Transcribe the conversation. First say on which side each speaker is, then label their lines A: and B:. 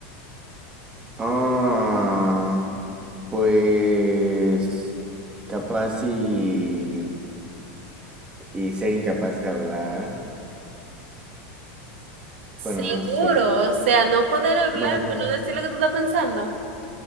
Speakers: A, on the right; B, on the right.
A: Ah, pues capaz y, y ser incapaz de hablar.
B: Seguro,
A: Bueno, no sé.
B: o sea, no poder hablar,
A: Bueno, ajá.
B: pero no decir lo que tú estás pensando.